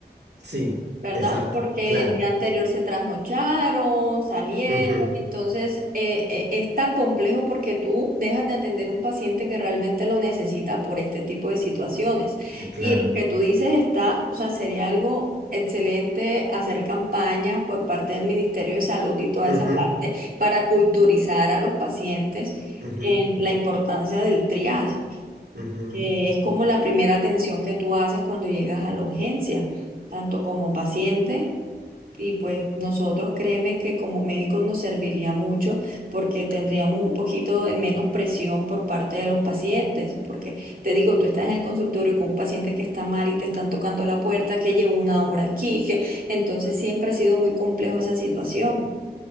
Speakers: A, on the right (about 80°); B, on the right (about 60°).
A: Sí,
B: ¿verdad?
A: exacto,
B: Porque
A: claro.
B: el día anterior se trasnocharon, salieron,
A: ujú,
B: entonces eh, eh, es tan complejo porque tú dejas de atender un paciente que realmente lo necesita por este tipo de situaciones.
A: claro.
B: Y lo que tú dices está, o sea, sería algo excelente hacer campañas por parte del Ministerio de Salud y toda
A: ujú,
B: esa parte para culturizar a los pacientes
A: ujú,
B: en la importancia del triage
A: ujú,
B: que es como la primera atención que tú haces cuando llegas a la urgencia, tanto como paciente. Y pues nosotros créeme que como médicos nos serviría mucho porque tendríamos un poquito de menos presión por parte de los pacientes, porque te digo, tú estás en el consultorio con un paciente que está mal y te están tocando la puerta, que llevo una hora aquí, que entonces siempre ha sido muy complejo esa situación